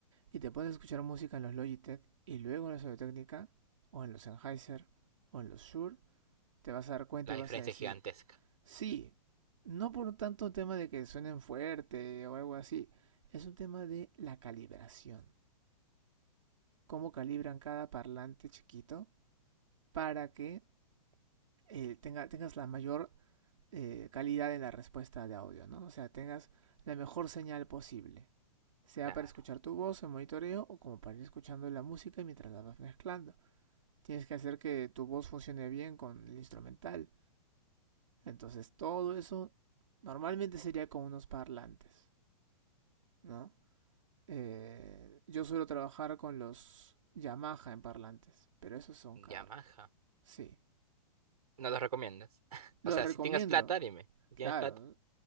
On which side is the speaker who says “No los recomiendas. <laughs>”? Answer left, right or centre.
Right